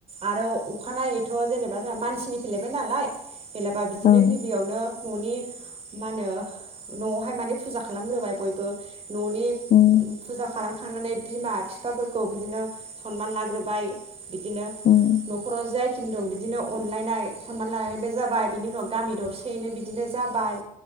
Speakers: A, on the right; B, on the left.
A: आरो अखानायैथ जेनेबा जाहा मानसिनि फैलायबाय नालाय जेलाबा बिदिनो
B: ओं
A: गिबियावनो न'नि मा नो न'आवहाय माने फुजा खालामग्रोबाय बयबो न'नि
B: उम
A: फुजा खालाम खांनानै बिमा बिफाफोरखौ बिदिनो सनमान लाग्रोबाय बिदिनो
B: उम
A: नखराव जायखिनि दं बिदिनो अनलायनाय सनमान लालायनायबो जाबाय बिनि उनाव गामि दरसेयैनो बिदिनो जाबाय